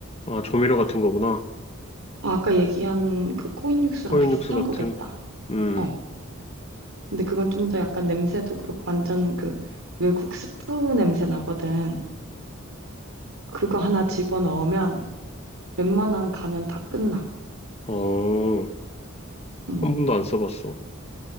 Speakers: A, on the left (about 30°); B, on the right (about 80°).
A: 조미료 같은 거구나
B: 아, 아까 얘기한 그 코인 육수랑
A: 코인
B: 비슷한
A: 육수 같은
B: 거겠다.
A: 응응응
B: 어. 근데 그건 좀 더 약간 냄새도 그렇고 완전 그 외국 스프 냄새 나거든. 그거 하나 집어넣으면 웬만한 간은 다 끝나.
A: 어한
B: 응.
A: 번도 안 써봤어